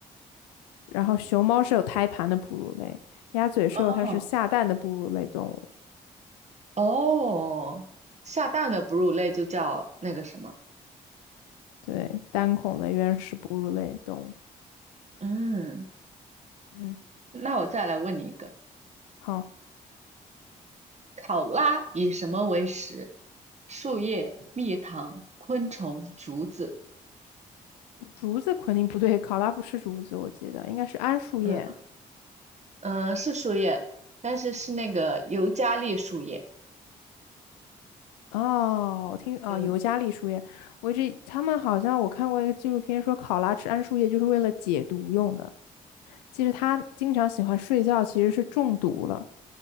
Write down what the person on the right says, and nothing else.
哦，哦，下蛋的哺乳类就叫那个什么？
嗯，
那我再来问你一个，
考拉以什么为食？树叶、蜜糖、昆虫、竹子。
嗯嗯，呃是树叶，但是是那个尤加利树叶。
嗯，